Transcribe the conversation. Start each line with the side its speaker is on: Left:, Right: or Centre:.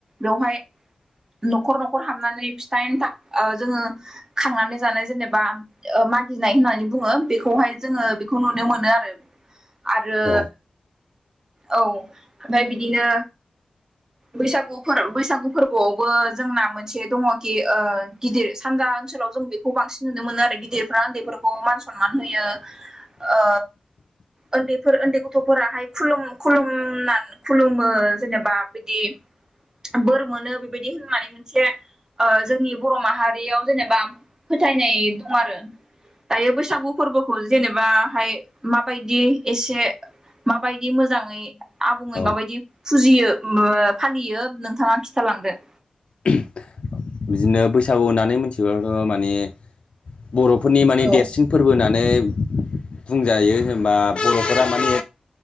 Right: बेवहाय न'खर न'खर हाबनानै फिथा एन्थाब ओ जोङो खांनानै जानाय जेनेबा ओ मागि नाय होननानै बुङो बेखौहाय जोङो बेखौ नुनो मोनो आरो आरो
Left: औ
Right: औ ओमफाय बिदिनो बैसागु फोर बैसागु फोरबोआवबो जोंना मोनसे दङ'खि ओ गिदिर सानजा ओनसोलाव जों बेखौ बांसिन नुनो मोनो आरो गिदिरफ्रा गेदेरफोरखौ मान सनमान होयो ओ उन्दैफोर उन्दै गथ'फोराहाय खुलुम खुलुमना खुलुमो जेनेबा बिदि बोर मोनो बेबायदि होननानै मोनसे ओ जोंनि बर' माहारियाव जेनेबा फो थायनाय दं आरो दायो बैसागु फोरबोखौ जेनेबाहाय माबायदि एसे माबायदि मोजाङै आ बुङै
Left: औ
Right: माबायदि फुजियो <unintelligible> फालियो नोंथाङा खिथालांदो।
Left: <inaudible> बिदिनो बैसागु होननानै मिथिबाथ' माने बर'फोरनि माने
Right: औ
Left: देरसिन फोरबो होनना नै बुंजायो जेनबा बर'फोरा माने